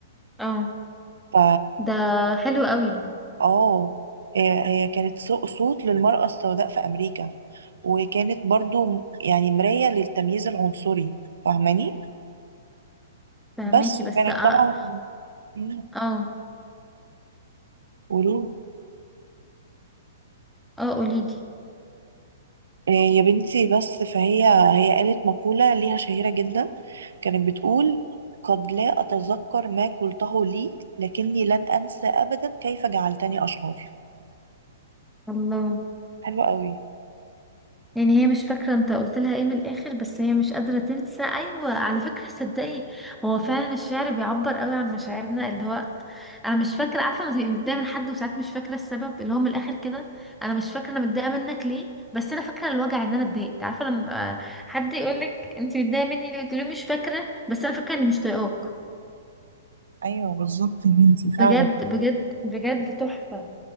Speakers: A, in the centre; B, on the right.
A: اه
B: ف-
A: ده حلو قوي
B: اه هي هي كانت صو- صوت للمرأة السوداء في أمريكا وكانت برضو م- يعني مراية للتمييز العنصري فاهماني
A: فهماكي
B: بس وكانت
A: بس اه
B: طبعا مم،
A: اه
B: قولوا
A: آه، قوليلي
B: آه، يا بنتي بس فهي هي قالت مقولة ليها شهيرة جدا كانت بتقول قد لا أتذكر ما قلته لي لكني لن أنسى أبدا كيف جعلتني أشعر
A: الله
B: حلوة قوي
A: يعني هي مش فاكرة انت قلت لها ايه من الاخر بس هي مش قادرة تنسى ايوه على فكرة صدقي هو فعلا الشعر بيعبر قوي عن مشاعرنا اللي هو انا مش فاكرة عارفة لما تبقي متضايقة من حد وساعات مش فاكرة السبب اللي هو من الاخر كده انا مش فاكرة انا متضايقة منك ليه بس انا فاكرة الوجع ان انا اتضايقت عارفة لما حد يقولك انت متضايقة مني ليه تقولي له مش فاكرة بس انا فاكرة اني مش طايقاك
B: أيوة بالظبط يا بنتي
A: بجد
B: فعلا
A: بجد بجد تحفة